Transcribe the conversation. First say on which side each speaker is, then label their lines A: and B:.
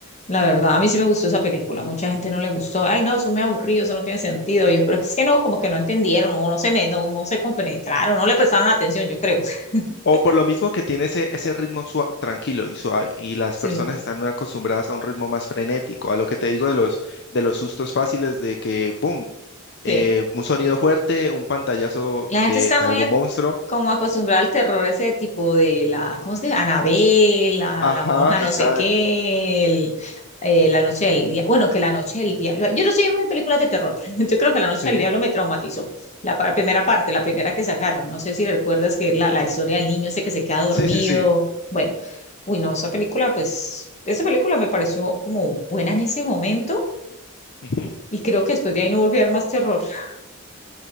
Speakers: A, on the left; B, on the left.
A: La verdad, a mí sí me gustó esa película. Mucha gente no le gustó. Ay, no, eso me aburrido, eso no tiene sentido. Yo creo que es que no, como que no entendieron, o no se me, no, no se compenetraron, no le prestaron atención, yo creo. <laughs>
B: O por lo mismo que tiene ese, ese ritmo sua- tranquilo y suave, y las
A: Sí.
B: personas están acostumbradas a un ritmo más frenético, a lo que te digo de los, de los sustos fáciles de que, ¡pum! eh,
A: Sí.
B: un sonido fuerte, un pantallazo
A: La gente
B: de
A: está
B: de
A: muy
B: algún monstruo
A: como acostumbrada al terror ese tipo de la, ¿cómo es que? Anabel, la,
B: Ajá,
A: la monja
B: exacto.
A: no sé qué, el- eh, la noche del día bueno, que la noche del diablo, yo no soy muy de películas de terror, <laughs> yo creo que la noche
B: Sí,
A: del diablo me traumatizó, la pa- primera parte, la primera que sacaron, no sé si recuerdas que es la, la historia del niño ese que se queda dormido,
B: sí, sí, sí.
A: bueno, uy no, esa película pues, esa película me pareció como buena en ese momento
B: Ujú.
A: y creo que después de ahí no volví a ver más terror, <laughs>